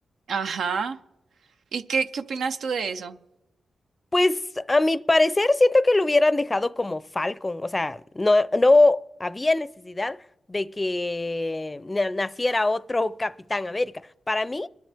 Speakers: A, on the right; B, on the left.
A: Ajá. ¿Y qué, qué opinas tú de eso?
B: Pues a mi parecer siento que lo hubieran dejado como Falcon, o sea, no, no había necesidad de que na- naciera otro Capitán América. Para mí,